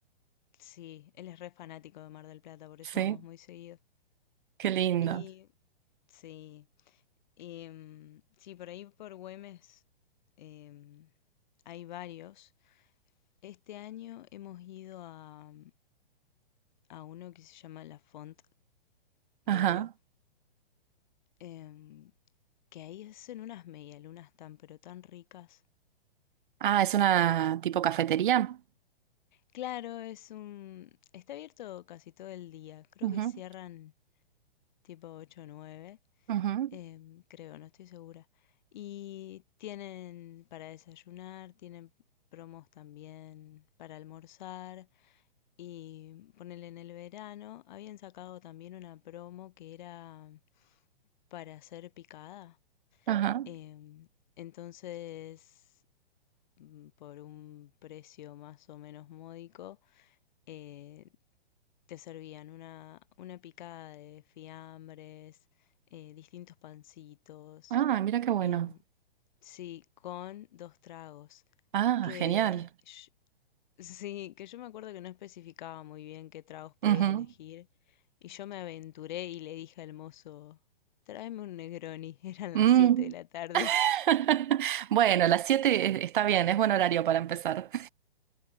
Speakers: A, on the left; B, on the right.
A: sí, él es re fanático de Mar del Plata, por eso
B: Sí,
A: vamos muy seguido.
B: qué lindo.
A: Y sí, y, mm, sí, por ahí por Güemes em, hay varios. Este año hemos ido a, a uno que se llama La Font de
B: Ajá.
A: Oro, em, que ahí hacen unas medialunas tan pero tan ricas.
B: Ah, es una tipo cafetería.
A: Claro, es un... Está abierto casi todo el día. Creo
B: Ujú,
A: que cierran tipo 8 o 9.
B: ujú,
A: em, creo, no estoy segura. Y tienen para desayunar, tienen promos también para almorzar. Y ponerle en el verano, habían sacado también una promo que era para hacer picada.
B: Ajá.
A: em, entonces, mm, por un precio más o menos módico, eh, Te servían una, una picada de fiambres, eh, distintos pancitos,
B: Ah, mira qué bueno.
A: em, sí, con dos tragos,
B: Ah,
A: que
B: genial.
A: sh- <laughs> sí, que yo me acuerdo que no especificaba muy bien qué tragos podías
B: Ujú.
A: elegir, y yo me aventuré y le dije al mozo, tráeme un Negroni, <laughs> eran
B: Mm.
A: las 7 de la tarde.
B: <laughs> Bueno, las 7 está bien, es buen horario para empezar.